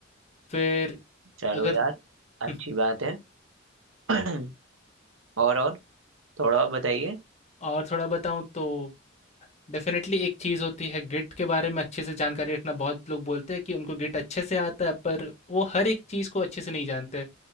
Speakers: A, on the left; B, on the right.
A: फिर
B: चलो
A: अगर
B: यार
A: <laughs>
B: अच्छी बात है <clears throat> और और थोड़ा और बताइए
A: और थोड़ा बताऊँ तो डेफ़िनेटली एक चीज़ होती है गिट के बारे में अच्छे से जानकारी रखना। बहुत लोग बोलते हैं कि उनको गिट अच्छे से आता है पर वो हर एक चीज़ को अच्छे से नहीं जानते।